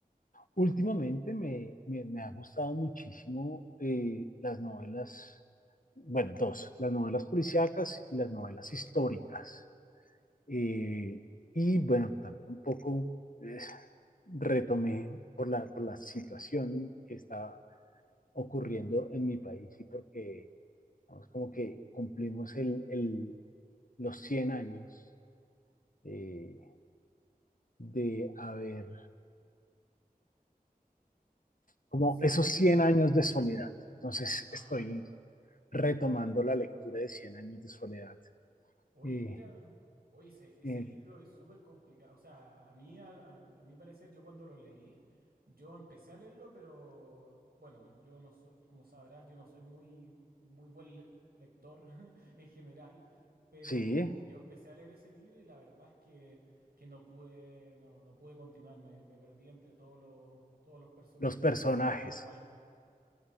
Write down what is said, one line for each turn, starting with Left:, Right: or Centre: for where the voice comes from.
Left: últimamente me, me, me, ha gustado muchísimo eh, las novelas, bueno, dos, las novelas policíacas y las novelas históricas. Eh, y bueno, también un poco eh, retomé por la, por la situación que estaba ocurriendo en mi país y porque vamos, como que cumplimos el, el, los 100 años eh, de haber, como
Right: Sí.
Left: esos cien años de soledad. Entonces
Right: Ajá.
Left: estoy retomando la lectura de cien años de soledad.
Right: Oye,
Left: Eh,
Right: mira, oye, ese, ese
Left: eh,
Right: libro es súper complicado. O sea, a mí, a, a- a mi parecer, yo cuando lo leí, yo empecé a leerlo, pero bueno, yo no soy, como sabrás, yo no soy muy, un muy buen le- lector <laughs> en general, pero
Left: sí,
Right: yo empecé a leer ese libro y la verdad es que, que no pude, no, no pude continuar. Me, me perdí entre todos los, todos los personajes
Left: los personajes.
Right: que se llamaban igual.